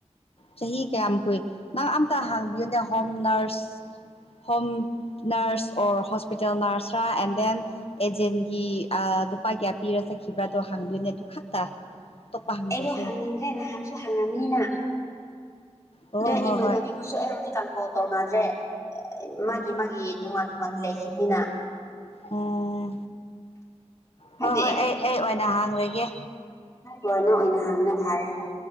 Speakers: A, on the left; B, on the left.
A: ꯆꯍꯤ ꯀꯌꯥꯝ ꯀꯨꯏ ꯅꯪ ꯑꯝꯇ ꯍꯥꯡꯕꯤꯌꯨꯅꯦ home nurse home nurse or hospital ꯅꯔꯁꯔ ꯑꯦꯟ ꯗꯦꯟ ꯑꯦꯖꯦꯟꯒꯤ ꯂꯨꯄꯥ ꯀꯌꯥ ꯄꯤꯔ ꯆꯠꯈꯤꯕ꯭ꯔꯥꯗꯣ ꯍꯥꯡꯕꯤꯌꯨꯅꯦ ꯑꯗꯨ ꯈꯛꯇ ꯑꯇꯣꯞꯄ ꯍꯪꯗ꯭ꯔꯁꯨ
B: ꯑꯩꯗꯣ ꯍꯥꯡꯅꯤꯡꯗ꯭ꯔꯦ ꯅꯍꯥꯟꯁꯨ ꯍꯥꯡꯉꯝꯅꯤꯅ
A: ꯑꯣ
B: ꯑꯗ
A: ꯍꯣꯏ
B: ꯏꯃꯥꯟꯕꯤꯕꯨꯁꯨ
A: ꯍꯣꯏ
B: ꯑꯦ ꯍꯧꯖꯤꯛ ꯀꯣꯜ ꯇꯧꯅꯗ꯭ꯔꯦ ꯃꯥꯒꯤ ꯃꯥꯒꯤ ꯇꯣꯉꯥꯟ ꯂ ꯂꯩꯈꯃꯤꯅꯤꯅ
A: ꯎꯝ
B: ꯐꯦꯛ
A: ꯍꯣꯏ ꯍꯣꯏ ꯑꯩ ꯑꯩ ꯑꯣꯏꯅ ꯍꯥꯡꯂꯒꯦ
B: ꯍꯅ ꯑꯣꯏꯅ ꯍꯥꯡꯅ ꯐꯥꯔꯦ